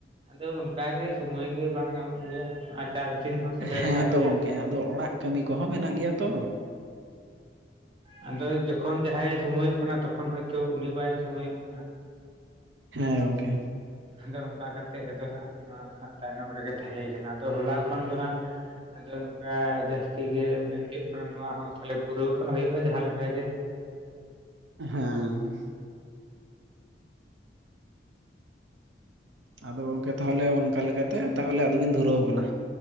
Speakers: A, on the right (about 30°); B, on the right (about 85°).
A: ᱟᱫᱚ ᱚᱱᱠᱟᱜᱮ ᱥᱚᱢᱚᱭ ᱜᱮ ᱵᱟᱝ ᱧᱟᱢᱚᱜ ᱜᱮᱭᱟ ᱪᱟᱨ ᱡᱤᱧ ᱦᱚᱸ ᱥᱮᱴᱮᱨ
B: ᱦᱮᱸ
A: ᱟᱠᱟᱱ
B: ᱛᱚ
A: ᱜᱮᱭᱟ
B: ᱜᱚᱝᱠᱮ ᱟᱫᱚ ᱚᱲᱟᱜ ᱠᱟᱹᱢᱤ ᱠᱚᱦᱚᱸ ᱢᱮᱱᱟᱜ ᱜᱮᱭᱟ ᱛᱚ
A: ᱦᱮᱸ ᱟᱫᱚ ᱡᱚᱠᱷᱚᱱ ᱡᱟᱦᱟᱸᱭ ᱥᱩᱢᱚᱭᱚᱜ ᱠᱟᱱᱟ ᱛᱚᱠᱷᱚᱱ ᱦᱚᱳᱭᱛᱳ ᱩᱱᱤ ᱵᱟᱭ ᱥᱚᱢᱚᱭᱚᱜ ᱠᱟᱱᱟ
B: ᱦᱮᱸ ᱜᱚᱝᱠᱮ
A: ᱟᱫᱚ ᱚᱱᱠᱟ ᱠᱟᱛᱮᱜ ᱟᱫᱚ ᱦᱟᱸᱜ ᱱᱚᱣᱟ ᱫᱚ ᱦᱟᱸᱜ ᱛᱟᱭᱱᱚᱢ ᱨᱮᱜᱮ ᱛᱟᱦᱮᱸᱭ ᱠᱟᱱᱟ ᱟᱫᱚ ᱦᱚᱞᱟ ᱠᱷᱚᱱ ᱫᱚ ᱦᱟᱸᱜ ᱟᱫᱚ ᱱᱚᱝᱠᱟ ᱡᱟᱹᱥᱛᱤ ᱜᱮ ᱢᱮᱱ ᱦᱩᱭᱩᱜ ᱠᱟᱱᱟ ᱱᱚᱣᱟ ᱦᱚᱸ ᱛᱟᱦᱚᱞᱮ ᱯᱩᱨᱟᱹᱣ ᱠᱟᱜ ᱦᱩᱭᱩᱜᱼᱟ ᱡᱟᱦᱟᱸ ᱞᱮᱠᱟ ᱜᱮ
B: ᱦᱮᱸ ᱟᱫᱚ ᱜᱚᱝᱠᱮ ᱛᱟᱦᱚᱞᱮ ᱚᱱᱠᱟ ᱞᱮᱠᱟᱛᱮ ᱛᱟᱦᱚᱞᱮ ᱟᱫᱚᱵᱮᱱ ᱫᱷᱩᱨᱟᱹᱣ ᱟᱠᱟᱱᱟ